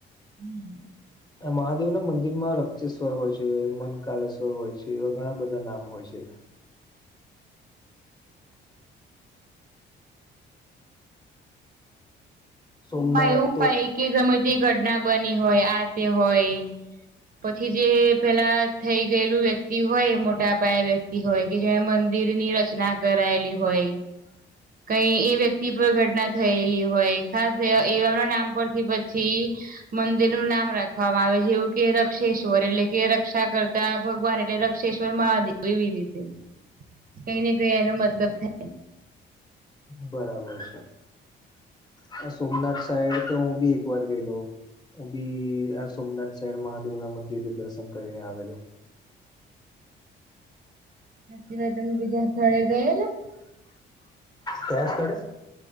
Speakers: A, on the right; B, on the left.
A: હમ
B: આ મહાદેવ ના મંદિર માં રક્ષેશ્વર હોય છે મનકાલેશ્વર હોય છે એવા ઘણા બધા નામ હોય છે સોમનાથ
A: એમાં એવું
B: તો
A: હોય કે ગમે તે ઘટના બની હોય આ તે હોય. પછી જે પેલા થઈ ગયેલું વ્યક્તિ હોય મોટા પાયે વ્યક્તિ હોય કે જેને મંદિરની રચના કરાયેલી હોય. કઈ એ વ્યક્તિ પર ઘટના થયેલી હોય. ખાસ એવામના નામ પરથી પછી. મંદિરનુંું નામ રાખવામાં આવે જેવું કે રક્ષેશ્વર એટલે કે રક્ષા કર ભગવાન એટલે રક્ષેશ્વર મહાદેવ એવી રીતે કઈ ને કઈ એનો મતલબ થાય.
B: બરાબર છે સોમનાથ સાઈડ તો હું બી એક વાર ગયેલો ઉ બી આ સોમનાથ સાહેર મહાદેવ ના મંદિર દર્શન કરીને આવેલો
A: જદન બીજા સ્થળે ગયે.
B: કેસડે